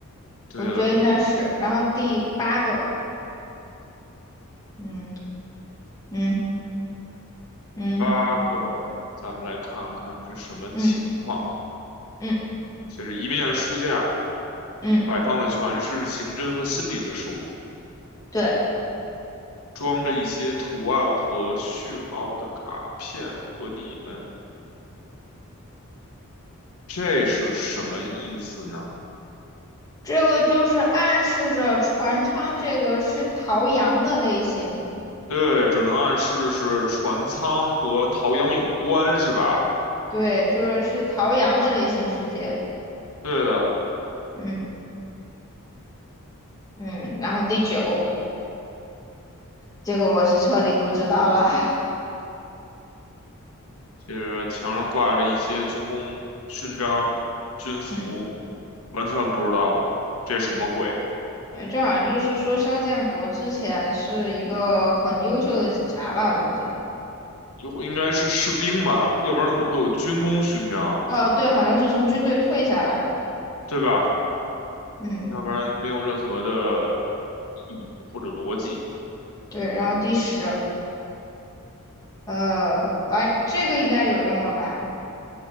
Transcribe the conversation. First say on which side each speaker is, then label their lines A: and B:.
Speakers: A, on the left (about 80°); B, on the left (about 15°).
A: 对了，
B: 我觉得应该是。然后第八个，嗯嗯嗯
A: 八个，咱们来看看是什么情况。
B: 嗯嗯。
A: 就是一面书架
B: 嗯，
A: 摆放的全是刑侦和心理的书，
B: 对，
A: 装着一些图案和序号的卡片和你们，这是什么意思呢？
B: 这个就是暗示着船舱这个是陶阳的类型，
A: 对，只能暗示的是船舱和陶阳有关，是吧？
B: 对，就是是陶阳的类型世界。
A: 对的，
B: 嗯嗯，然后第九，结果我是彻底不知道了。<laughs>
A: 就是墙上挂着一些军功勋章、军服，
B: 嗯，
A: 完全不知道这什么鬼。
B: 呃这好像就是说肖建国之前是一个很优秀的警察吧，我估计。
A: 有应该是士兵吧，要不然怎么会有军功勋章，
B: 哦，对，好像是从军队退下来的。
A: 对吧？
B: 嗯，
A: 要不然没有任何的意义或者逻辑。
B: 对，然后第十，呃，来，这个应该有用了吧？